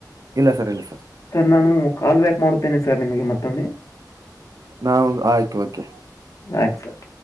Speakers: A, on the right; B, on the left.
A: ಇಲ್ಲ ಸರ್ ಇಲ್ಲ
B: ಸರ್ ನಾನು ಕಾಲ್ ಬ್ಯಾಕ್ ಮಾಡೋಡ್ತೇನೆ ಸರ್ ನಿಮಗೆ ಮತ್ತೊಮ್ಮೆ
A: ನಾ ಆಯ್ತು ಕೆ
B: ಆಯಿತ ಸರ್